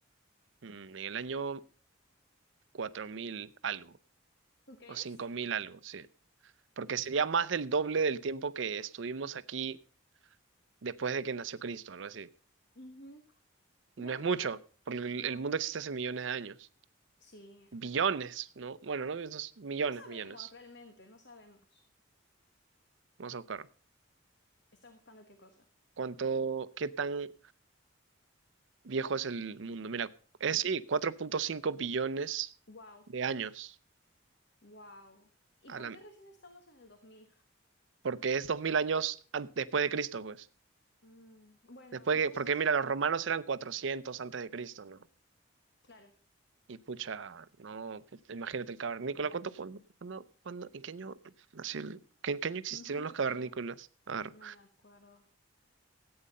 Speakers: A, on the right; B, on the left.
A: mm, en el año 4000 algo
B: ¿Tú crees?
A: o cinco mil algo, sí. Porque sería más del doble del tiempo que estuvimos aquí después de que nació Cristo, algo así.
B: Ujú. Ya
A: No es
B: realmente,
A: mucho, porque el
B: no,
A: el mundo existe hace millones de años.
B: sí,
A: Billones,
B: es verdad.
A: ¿no? Bueno, no, Esos millones,
B: No sabemos
A: millones.
B: realmente, no sabemos.
A: Vamos a buscar.
B: ¿Estás buscando qué cosa?
A: ¿Cuánto, qué tan viejo es el mundo? Mira, es sí, cuatro punto cinco billones
B: Wow,
A: de años.
B: wow. ¿Y
A: a
B: por
A: la-
B: qué recién estamos en el 2000?
A: porque es 2000 años an- después de Cristo, pues.
B: Mm, bueno,
A: Después
B: entonces,
A: que, porque mira, los romanos eran 400 antes de Cristo, ¿no?
B: claro,
A: Y pucha, no, pu- imagínate el cavernícola. ¿Cuánto, cuándo, cuándo, cuándo- en qué año nació el, que- en qué año existieron
B: <laughs> no me
A: los
B: acuerdo,
A: cavernícolas? A ver,
B: no me acuerdo.